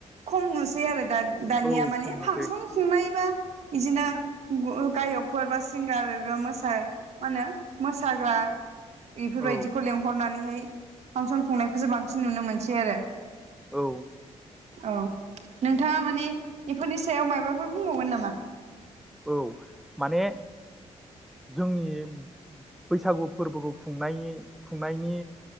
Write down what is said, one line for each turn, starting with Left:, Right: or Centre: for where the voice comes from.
Right: खम नुसै आरो दाद। दानिया
Centre: औ
Right: माने
Centre: खमनोसै
Right: फांसन। <unintelligible> इजिनो ग'-गायकफोर बा सिंगार ओरो मोसा मा होनो मोसाग्रा बेफोरबायदिखौ
Centre: औ
Right: लेंंहरनानैहाय फांसन खुंनायखौसो बांसिन नुनो मोनसै आरो।
Centre: औ।
Right: औ नोंथाङा माने इफोरनि सायाव मायबाब बफोर बुंबावगोन नामा?
Centre: औ माने जोंनि बैसागु फोरबोखौ खुंनायनि खुंनायनि